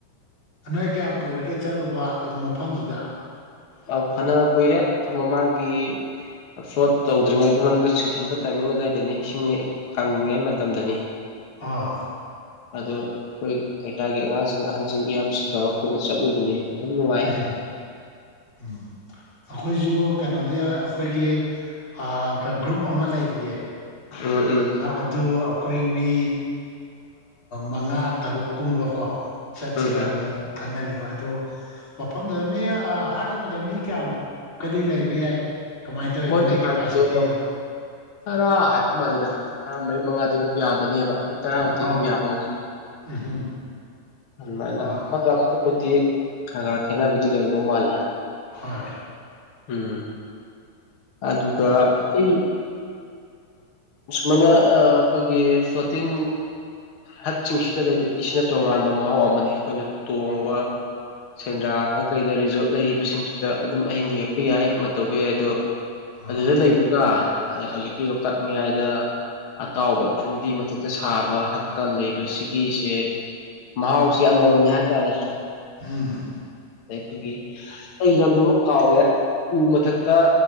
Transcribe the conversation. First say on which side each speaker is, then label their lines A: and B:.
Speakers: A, on the left (about 30°); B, on the left (about 60°).
A: ꯅꯣꯏ ꯀꯌꯥꯝ ꯀꯨꯏꯔꯒꯦ ꯆꯠꯂꯨꯕ ꯑꯗꯨ ꯃꯐꯝꯗꯨꯗ
B: ꯑ ꯐꯅ ꯀꯨꯏꯔꯦ ꯑꯩꯈꯣꯏ ꯃꯃꯥꯡꯒꯤ ꯐ꯭ꯂꯣꯠ ꯇꯧꯗ꯭ꯔꯤꯉꯩꯒꯤ ꯃꯅꯨꯡꯗ ꯆꯨꯡꯁꯤꯟꯕ ꯇꯥꯏꯃꯤꯡ ꯑꯗꯨꯋꯥꯏꯗꯅꯤ ꯏꯁꯤꯡ ꯀꯪꯏꯉꯥꯏ ꯃꯇꯝꯗꯅꯤ
A: ꯑꯣ
B: ꯑꯗꯣ ꯑꯩꯈꯣꯏ ꯂꯩꯀꯥꯏꯒꯤ ꯑꯉꯥꯡꯁꯤꯡ ꯑꯍꯟꯁꯤꯡ ꯏꯌꯥꯝꯁꯤꯡ ꯇꯧꯔꯒ ꯄꯨꯟꯅ ꯆꯠꯂꯨꯕꯅꯤ ꯑꯗꯨꯝ ꯅꯨꯡꯉꯥꯏ
A: ꯎꯝꯍꯨꯝ ꯎꯝ ꯑꯩꯈꯣꯏꯁꯨ ꯀꯩꯅꯣꯗꯤ ꯑꯩꯈꯣꯏꯒꯤ ꯑ ꯒ꯭ꯔꯨꯞ ꯑꯃ ꯂꯩ ꯂꯩꯌ‌ꯦ
B: ꯎꯝ ꯎꯝ
A: ꯑꯗꯨ ꯑꯩꯈꯣꯏ ꯃꯤ ꯃꯉꯥ ꯇꯔꯨꯛꯀꯨꯝꯕꯀꯣ ꯆꯠꯁꯤꯔꯥꯅ
B: ꯎꯝ ꯎꯝ
A: ꯈꯟꯅꯔꯤꯕ ꯑꯗꯨ ꯃꯐꯝꯗꯨꯗ ꯃꯤ ꯍꯥꯔꯠ ꯑꯃꯗ ꯃꯤ ꯀꯌꯥꯃꯨꯛꯀꯗꯤ ꯂꯩꯕ ꯌꯥꯏ ꯀꯃꯥꯏꯅ ꯇꯧꯋꯤ
B: ꯃꯣꯏꯅ
A: ꯃꯣꯏ ꯀꯦꯄꯥꯁꯤꯇꯤꯗꯣ
B: ꯍꯥꯏꯕꯗꯣ ꯇꯔꯥ ꯍꯥꯏ ꯃꯥꯜꯂꯤꯗ ꯇꯔꯥꯃꯔꯤ ꯃꯉꯥꯗꯤꯃꯨꯛ ꯌꯥꯕꯅꯦꯕ ꯃꯤ ꯇꯔꯥꯃꯨꯛꯇꯤ
A: ꯑꯣ
B: ꯑꯗꯨꯝ ꯌꯥꯕ ꯃꯥꯜꯂꯦ
A: ꯎꯝꯍꯨꯝ
B: ꯑꯗꯨꯃꯥꯏꯅ
A: ꯑꯥ
B: ꯑꯃꯒ ꯑꯃꯒꯕꯨꯗꯤ ꯈꯔ ꯈꯔ ꯈꯦꯠꯅꯕꯕꯨꯗꯤ ꯂꯩꯔꯝꯗꯧ ꯃꯥꯜꯂꯦ
A: ꯍꯣꯏ
B: ꯎꯝ ꯑꯗꯨꯒ ꯑꯩ ꯃꯅ ꯑ ꯑꯩꯈꯣꯏꯒꯤ ꯐ꯭ꯂꯣꯇꯤꯡ ꯍꯠꯁꯤꯡꯁꯤꯗ ꯂꯩꯕꯒꯤꯁꯤꯅ ꯇꯣꯉꯥꯟꯕ ꯃꯍꯥꯎ ꯑꯃꯅꯤ ꯑꯩꯈꯣꯏꯅ ꯇꯣꯡꯕ ꯁꯦꯟꯗ꯭ꯔꯥꯗ ꯀꯩꯗ ꯔꯤꯖꯣꯔꯠ ꯂꯩꯔꯤꯕꯁꯤꯡꯁꯤꯗ ꯑꯗꯨꯝ ꯑꯍꯤꯡ ꯂꯦꯛꯄ ꯌꯥꯏ ꯑꯃ ꯇꯧꯕ ꯌꯥꯏ ꯑꯗꯣ
A: ꯑꯥ
B: ꯑꯗꯨꯗ ꯂꯩꯕꯒ ꯑꯗ ꯍꯧꯖꯤꯛꯀꯤ ꯂꯣꯛꯇꯥꯛ ꯃꯌꯥꯏꯗ ꯑꯇꯥꯎꯕ ꯐꯨꯝꯗꯤ ꯃꯊꯛꯇ ꯁꯥꯕ ꯍꯠꯇ ꯂꯩꯕꯁꯤꯒꯤꯁꯦ ꯃꯍꯥꯎꯁ ꯑꯃꯥꯃꯝꯅꯦ ꯍꯥꯏꯇꯥꯔꯦ
A: ꯎꯝ
B: ꯑꯩꯈꯣꯏꯒꯤ ꯑꯩ ꯂꯝꯗꯨꯃ ꯀꯥꯎꯔꯦ ꯎ ꯃꯊꯛꯇ